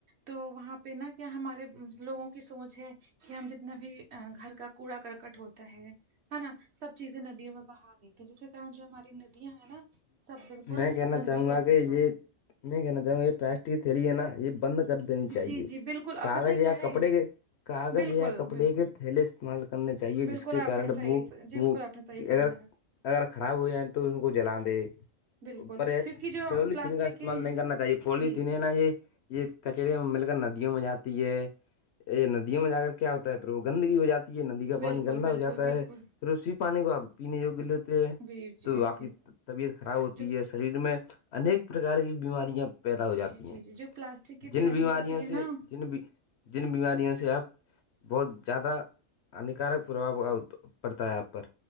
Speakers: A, on the right; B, on the left.
A: تو وہاں پہ نہ کیا ہمارے لوگوں کو کی سوچ ہے کہ ہم جتنا بھی گھر کا کوڑا کرکٹ ہوتا ہے ہے نا سب چیزیں ندیوں میں بہا رہی ت ہے جس کے کن جو ہماری ندی ہے نا سب بالکل
B: میں کہنا
A: گندی
B: چاہوں
A: ہوتی
B: گا کہ
A: جا
B: یہ
A: رہی ہے
B: میں کہنا چاہوں گا یہ پلاسٹک کی تھیلی ہے نا یہ بند کر دینی چاہیے
A: جی جی بالکل آپ
B: کاغذ
A: پتہ ہے
B: یا
A: کیا ہے
B: کپڑے کے کاغذ
A: بالکل
B: یا کپڑے
A: بالکل
B: کے تھیلے سے استعمال کرنے چاہیے
A: بالکل
B: جس کے
A: آپ
B: کارن
A: نے صحیح
B: وہ
A: بالکل
B: وہ
A: آپ نے صحیح
B: اگر
A: فرمایا
B: اگر خراب ہو جائیں تو ان کو جلاان دے
A: بالکل
B: پر
A: کیونکہ جو
B: پیولی
A: پلاسٹک
B: تن کا استعمال
A: کی
B: نہیں کرنا چاہیے پلی
A: جی
B: دن
A: جی
B: نا یہ یہ کچرے میں مل کر ندیوں میں جاتی ہے ا ندیوں میں جا کر کیا ہوتا ہے پر وہ گندگی ہو جاتی ہے ندی کا
A: بالکل
B: پانی گندا
A: بالکل
B: ہو جاتا ہے
A: بالکل
B: پھر اسی پانی کو اپ پینے یگی لی ہوتے ہیں
A: جی جی
B: تو آپ کی
A: جی
B: طبیعت خراب ہوتی
A: جو
B: ہے شریر میں ایک پرکار کی بیماریاں پیدا ہو جاتی
A: جی جی
B: ہیں
A: جی جو پلاسٹک کی
B: جن
A: تھیلی
B: بیماریوں
A: ہوتی ہے
B: سے
A: نا
B: جن جن بیماریوں سے آپ بہت زیادہ ہانیکارک پربؤ پڑتا ہے آپ پر